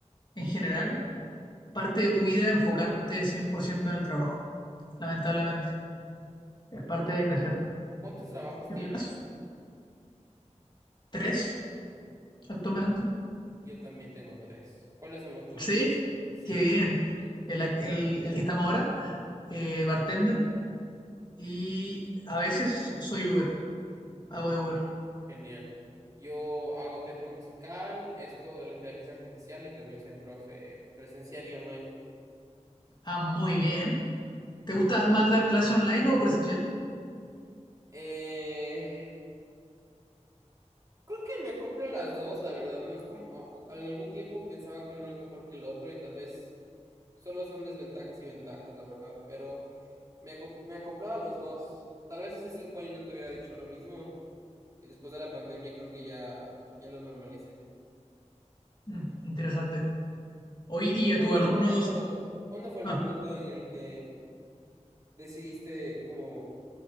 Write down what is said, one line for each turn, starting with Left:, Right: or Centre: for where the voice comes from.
Left: en general, parte de tu vida enfocarte 100% en el trabajo, lamentablemente. Es parte de crecer.
Right: ¿Cuántos trabajos
Left: ¿Qué
Right: tienes?
Left: opinas? ¿Tres actualmente?
Right: Yo también tengo tres. ¿Cuáles son los tuyos?
Left: ¿Sí?
Right: Sí,
Left: Qué bien. ¿El, el, el que estamos ahora? eh, bartender y a veces soy Uber, hago de Uber.
Right: genial. Yo hago teatro musical, esto de la inteligencia artificial y también soy profe presencial y online.
Left: Ah, muy bien. ¿Te gusta más dar clase online o presencial?
Right: Eh, Creo que me acoplo a las dos, la verdad, no es como, o- o- en algún tiempo pensaba que uno es mejor que el otro y tal vez solo son desventajas y ventajas, la verdad, pero me, acop- me acoplaba a los dos. Tal vez hace cinco años no te hubiera dicho lo mismo y después de la pandemia creo que ya, ya lo normalicé.
Left: Mm, interesante. Hoy
Right: ¿Cuándo
Left: y a
Right: fue
Left: tus alumnos.
Right: el momento, cuándo fue el
Left: Ah,
Right: momento en el que decidiste como